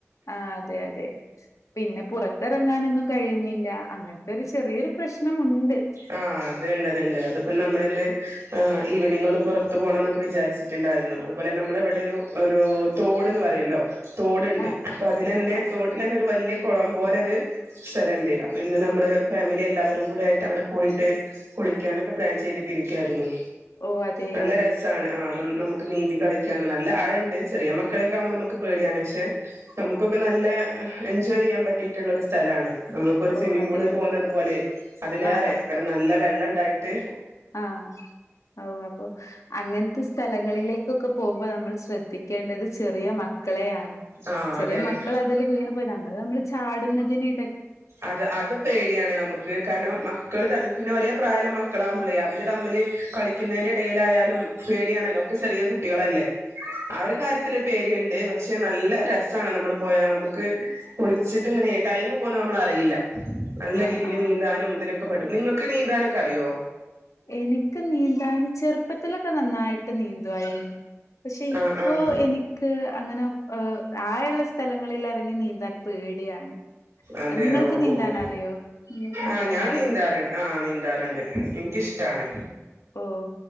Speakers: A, on the left; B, on the right.
A: ആഹ് അതെ അതെ പിന്നെ പുറത്തിറങ്ങാനൊന്നും കഴിയുന്നില്ല അങ്ങന ത്തൊരു ചെറിയൊരു പ്രശ്നമുണ്ട്
B: ആഹ് അത്ണ്ട് അത്ണ്ട് അതിപ്പം നമ്മള് ഇന്ന് ഈവെനിംഗ് ഒന്ന് പൊറ ത്തു പോണംന്നൊക്കെ വിചാരിച്ചിട്ടുണ്ടായിരുന്നു അതുപോലെ നമ്മളെ ഇവിടൊരു ഒരു തോട്ന്ന് പറയൊല്ലോ തോട്ണ്ട്
A: ആ
B: അപ്പൊ അതിലെന്നെ
A: ആ ആ.
B: തോട് ലെന്നെ ഒരു വല്യ കൊളം പോലെ ഒരു സ്ഥലണ്ട് അപ്പൊ ഇന്ന് നമ്മള് ഫാമിലി എല്ലാവരും കൂടെ ആയിട്ട് അവിടെ പോയിട്ട് കുളിക്കാനൊക്കെ പ്ലാൻ ചെയ്തിട്ടിരിക്കായിരുന്നു
A: ഓ അതെയോ?
B: നല്ല രസ സാണ് ആഹ് നമുക്ക് നീന്തി കളിക്കാന് നല്ല ആഴണ്ട് ചെറിയ മക്കളൊക്കെ ആമ്പോ നമ്മക്ക് ക്ക് പേടിയാണ് പക്ഷെ നമുക്കൊക്കെ നല്ല എൻജോയ് ചെയ്യാൻ പറ്റിയിട്ടുള്ള ഒരു സ്ഥലാണ് നമ്മളിപ്പോ ഒരു
A: ഓ
B: സ്വിമ്മിംഗ്
A: അതെയോ?
B: പൂളിൽ പോവ്ന്നത് പോലെ അതിലേറെ
A: ആ
B: കാരണം നല്ല വെള്ളം ഇണ്ടായിട്ട്
A: ആഹ് ഔ അപ്പൊ അങ്ങൻത്തെ സ്ഥലങ്ങളിലേക്കൊക്കെ പോക്മ്പോ നമ്മൾ ശ്രദ്ധിക്കേണ്ടത് ചെറിയ മ ക്കളെയാണ്
B: ആ
A: ചെറിയ
B: അതെ അതെ
A: മക്കൾ അതിൽ വീണ് പോയി നമ്മൾ നമ്മൾ ചാടുന്നതിനിട
B: അത് അത് പേടിയാണ് നമുക്ക് കാരണം മ മക്കള് പിന്നെ ഒരേ പ്രായള്ള മക്കളാമ്പളേ അവര് തമ്മില് കളിക്ക്ന്നേന്റെ ഇടേലായാലും പേടിയാണല്ലോ ഒക്കെ ചെറിയ കുട്ടികളല്ലേ ആ ഒരു കാര്യ ത്തില് പേടിയ്ണ്ട് പക്ഷെ നല്ല രസാണ് നമ്മള് പോയാ നമുക്ക് കുളിച്ചിട്ട് ഇങ്ങനെ ടൈം പോന്ന നമ്മള് അ റിയില്ല നല്ല
A: ആ
B: രീതിൽ
A: ആ
B: നീന്താനും ഇതിനൊക്കെ പറ്റും നിങ്ങക്ക് നീന്താനൊക്കെ അറിയോ
A: എനിക്ക് നീന്താന് ചെറുപ്പത്തിലൊക്കെ നന്നായിട്ട് നീന്തുവായിരുന്നു പക്ഷെ ഇപ്പോ
B: ആഹ് ആഹ്
A: എനി ക്ക്‌ അങ്ങനെ ആയ ഇള്ള സ്ഥലങ്ങളില് എറങ്ങി നീന്താൻ പേടിയാണ്
B: അതെ
A: നിങ്ങൾക്ക്
B: ഓഹ്
A: നീന്താൻ
B: ഓഹ്
A: അറിയോ നിങ്ങൾക്ക് നീന്താൻ
B: ആ ഞാൻ
A: അറിയോ
B: നീന്താറ്ണ്ട് ആ നീന്താർണ്ട് ഇനിക്കിഷ്ടാണ്
A: ഓഹ്